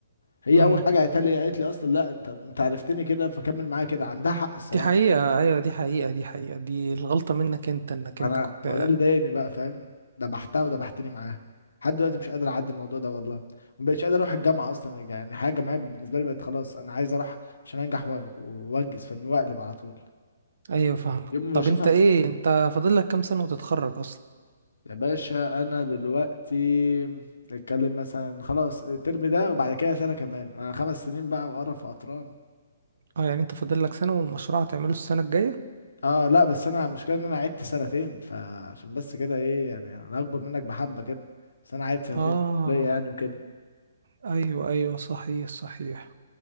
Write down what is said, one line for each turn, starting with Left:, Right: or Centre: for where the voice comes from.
Left: هي
Right: امم
Left: اول حاجه قالت لي قالت لي اصلا لا انت انت عرفتني كده فكمل معايا كده عندها حق الصراحه
Right: دي حقيقة ايوه دي حقيقة دي حقيقة دي الغلطة منك انت انك انت
Left: انا
Right: كنت
Left: ما هو ده اللي ضايقني بقى فاهم دبحتها ودبحتني معاها لحد دلوقتي مش قادر اعدي الموضوع ده والله ما بقتش قادر اروح الجامعه اصلا يعني حاجه الجامعيه بالنسبه لي بقت خلاص انا عايز اروح عشان انجح و- و- وانجز فاهمني واقلب على طول
Right: ايوه فاهمك
Left: يوم ما بشوفها
Right: طب انت ايه انت فاضل لك كام سنة وتتخرج اصلا
Left: يا باشا انا دلوقتي نتكلم مثلا خلاص الترم ده وبعد كده سنه كمان انا خمس سنين بقى وقرف وقطران
Right: اه يعني انت فاضل لك سنة والمشروع هتعمله السنة الجاية
Left: اه لا بس انا المشكله ان انا عدت سنتين فعشان بس كده ايه يعني انا اكبر منك بحبه كده بس انا عدت سنتين
Right: اه
Left: في الكليه يعني وكده
Right: ايوه ايوه صحيح صحيح